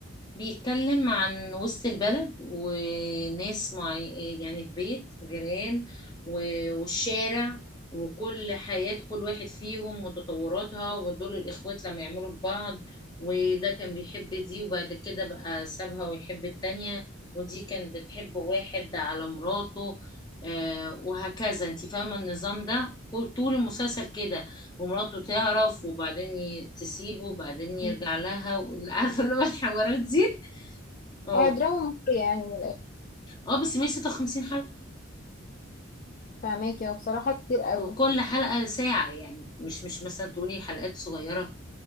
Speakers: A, on the left (about 20°); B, on the left (about 45°).
A: بيتكلم عن وسط البلد وناس معي يعني في بيت جيران و- والشارع وكل حياة كل واحد فيهم وتطوراتها ودول الإخوات لما يعملوا في بعض وده كان بيحب دي وبعد كده بقى سابها ويحب التانية ودي كانت بتحب واحد على مراته آه وهكذا انت فاهمة النظام ده طول المسلسل كده ومراته تعرف وبعدين ي- تسيبه وبعدين يرجع
B: مم.
A: لها عارفة اللي هو الحوارات دي اه
B: اه دراما مصرية يعني من الاخر
A: اه بس 156 حلقة
B: فهماكي هو بصراحة كتير قوي
A: هو كل حلقة ساعة يعني مش مش مثلا تقولي حلقات صغيرة